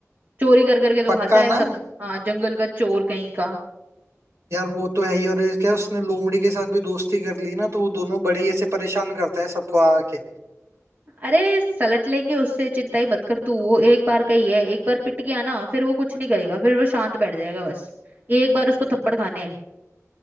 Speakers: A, on the right (about 35°); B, on the right (about 60°).
A: चोरी कर करके तो
B: पक्का
A: खाता है
B: ना
A: सब हाँ जंगल का चोर कहीं का
B: यार वो तो है ही और क्या उसने लोमड़ी के साथ भी दोस्ती कर ली ना तो वो दोनों बड़े ही ऐसे परेशान करते हैं सबको आके
A: अरे सलट लेंगे उससे चिंता ही मत कर तू वो एक बार का ही है एक बार पिट गया ना फिर वो कुछ नहीं करेगा फिर वो शांत बैठ जाएगा बस एक बार उसको थप्पड़ खाने हैं